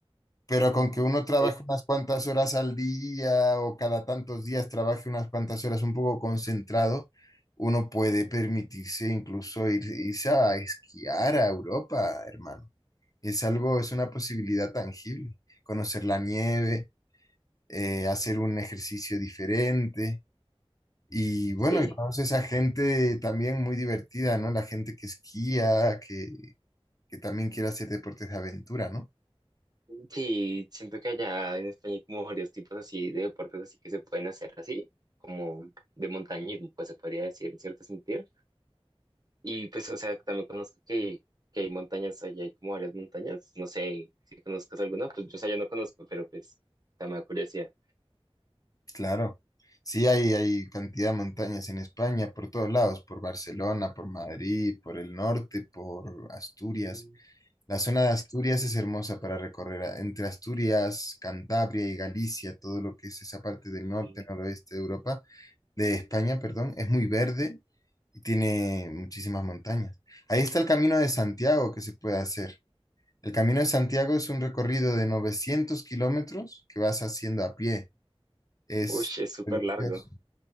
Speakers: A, on the left; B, on the right.
A: pero con que uno trabaje
B: Sí,
A: unas cuantas horas al día o cada tantos días trabaje unas cuantas horas un poco concentrado, uno puede permitirse incluso ir- irse a esquiar a Europa, hermano. Es algo, es una posibilidad tangible. Conocer la nieve, eh, hacer un ejercicio diferente. Y bueno,
B: sí.
A: y conoces a gente también muy divertida, ¿no? La gente que esquía, que, que también quiere hacer deportes de aventura, ¿no?
B: Sí, siento que allá en España hay como varios tipos así de deportes así que se pueden hacer así, como de montañismo, pues se podría decir en cierto sentido. Y pues, o sea, también conozco que, que hay montañas allá, hay como varias montañas. No sé si conozcas alguna, pues yo, o sea, yo no conozco, pero pues también me da curiosidad.
A: Claro. Sí, hay, hay cantidad de montañas en España, por todos lados, por Barcelona, por Madrid, por el norte, por Asturias.
B: Mm,
A: La zona de Asturias es hermosa para recorrer. a- Entre Asturias, Cantabria y Galicia, todo lo que es esa parte del norte,
B: sí.
A: noroeste de Europa, de España, perdón, es muy verde y tiene muchísimas montañas. Ahí está el Camino de Santiago que se puede hacer. El Camino de Santiago es un recorrido de 900 kilómetros que vas haciendo a pie. Es
B: Uy, es súper
A: religioso.
B: largo.